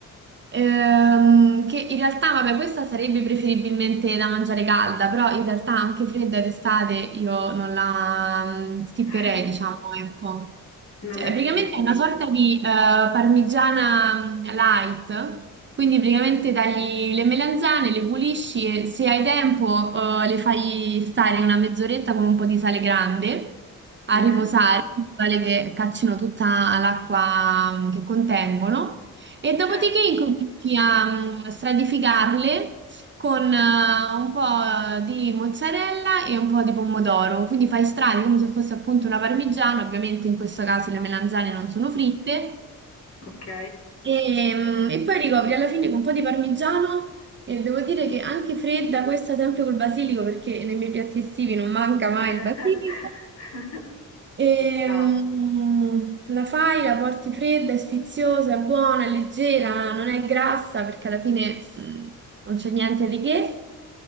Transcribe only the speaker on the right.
Ehm, che in realtà, vabbè, questa sarebbe preferibilmente da mangiare calda, però in realtà anche fredda d'estate io non la mm, skipperei,
diciamo, ecco.
Cioè,
praticamente
è una sorta di eh, parmigiana mm, light, quindi praticamente tagli le melanzane, le pulisci e se hai tempo eh, le fai stare una mezz'oretta con un po' di sale grande a
riposare, in modo tale che caccino tutta l'acqua mm, che contengono. E dopodiché
incominci a mm, stratificarle con eh, un po' di mozzarella e un po' di pomodoro. Quindi fai strati come se fosse appunto una parmigiana, ovviamente in questo caso le melanzane non sono fritte.
E, mm, e poi ricopri alla fine con un po' di parmigiano e devo dire che anche fredda, questa sempre col basilico, perché nei miei piatti estivi non manca mai
il basilico. E,
mm, la fai, la porti fredda, è sfiziosa, è buona, è leggera, non è grassa perché alla fine mm, non c'è niente di che.